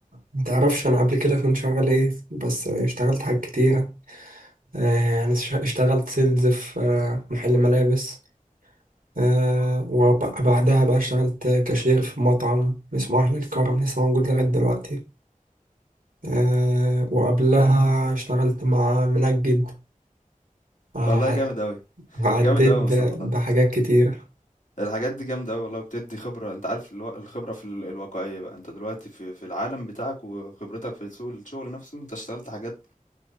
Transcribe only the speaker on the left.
والله جامد أوي،
جامد أوي
يا مصطفى والله،
الحاجات دي جامدة أوي والله وبتدّي خبرة، أنت عارف الو الخبرة في ال الواقعية بقى، أنت دلوقتي في في العالم بتاعك وخبرتك في سوق الشغل نفسه، أنت اشتغلت حاجات